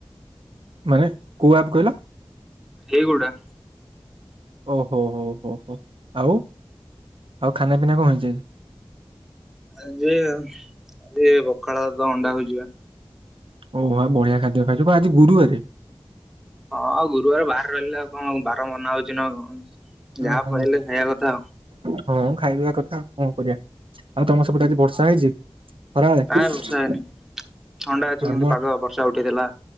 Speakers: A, on the right (about 65°); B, in the centre.
A: ମାନେ କୋଉ ଆପ୍ କହିଲ?
B: ଏଇ ଗୁଡ଼ା
A: ଓହୋ ହୋ ହୋ ହୋ ଆଉ ଆଉ ଖାନା ପିନା କଣ ହେଇଚି ଆଜି?
B: ଆଜି ଆଜି ପଖାଳ ଭାତ ଅଣ୍ଡା ଭୁଜିଆ।
A: ଓ ଭା ବଢିଆ ଖାଦ୍ୟ ଖାଇଚ ପା ଆଜି ଗୁରୁବାରେ?
B: ହଁ ଗୁରୁବାର ବାହାରେ ରହିଲେ ଆଉ କଣ ବାର ମନା ହୋଉଚି ନା କଣ। ଯାହା
A: ଉଁ ହୁଁ
B: ପାଇଲେ ଖାଇବା କଥା
A: ହଁ ଖାଇ ପିବା କଥା କଣ କରିବା। ଆଉ ତମର ସେପଟେ ଆଜି ବର୍ଷା ହେଇଚି ଖରାବେଳେ?
B: ହଁ ନାଇଁ ବର୍ଷା ହେଇନି ଥଣ୍ଡା ଅଛି କିନ୍ତୁ
A: ଆମ
B: ପାଗ ବର୍ଷା ଉଠେଇଥିଲା